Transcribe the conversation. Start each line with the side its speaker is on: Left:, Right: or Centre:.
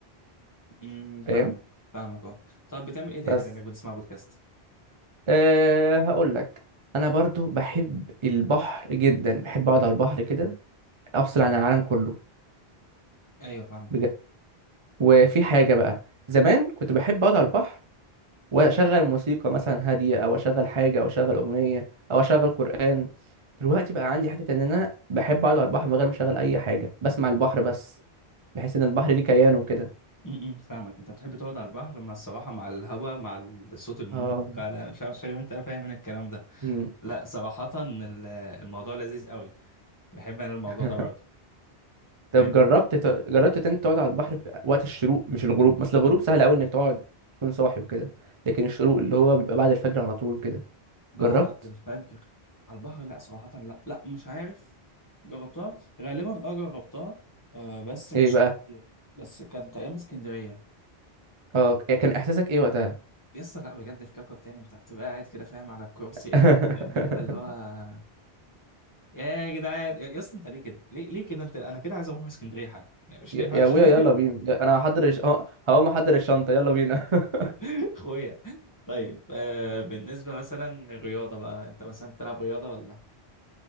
Left: م- فاهمك
Right: فاهم
Left: فاهمك اه طب بتعمل ايه تاني
Right: بس
Left: غير انك بتسمع بودكاست
Right: أه هقول لك انا برضو بحب البحر جدا بحب اقعد على البحر كده افصل عن العالم كله
Left: ايوه فاهمك
Right: بجد وفي حاجه بقى زمان كنت بحب اقعد على البحر واشغل موسيقى مثلا هاديه او اشغل حاجه او اشغل اغنيه او اشغل قران دلوقتي بقى عندي حته ان انا بحب اقعد على البحر من غير ما اشغل اي حاجه بسمع البحر بس بحس ان البحر ليه كيان وكده
Left: امم فاهمك انت بتحب تقعد على البحر مع الصراحه مع الهواء مع الصوت الموج
Right: اه
Left: على مش عارف فاهم انت فاهم من الكلام ده
Right: مم.
Left: لا صراحه ال- الموضوع لذيذ قوي بحب انا الموضوع
Right: <laughs>
Left: ده برضه
Right: طب
Left: فاهمني
Right: جربت ت- جربت إن انت تقعد على البحر في وقت الشروق مش الغروب مثل الغروب سهل قوي انك تقعد تكون صاحي وكده لكن الشروق اللي هو بيبقى بعد الفجر على طول كده
Left: بعد
Right: جربت
Left: الفجر على البحر لا صراحه لا لا مش عارف جربتها غالبا اه جربتها آه بس مش
Right: ايه بقى
Left: كتير بس كانت ايام اسكندريه
Right: اه كان احساسك ايه وقتها
Left: يس لا بجد في كوكب تاني انت بتبقى قاعد كده فاهم على الكرسي
Right: <laughs>
Left: قاعد فاهم انت اللي هو يا جدعان يا يا اسطى انت ليه كده؟ ليه ليه كده انت انا كده عايز اروح اسكندريه حاجه يعني مش
Right: يا
Left: نافع
Right: يا
Left: كده
Right: ابويا يلا بينا يا- انا هحضر الش... اه، هقوم احضر الشنطة يلا بينا <laughs>
Left: <laughs> اخويا طيب آه بالنسبه مثلا الرياضه بقى انت مثلا بتلعب رياضه ولا؟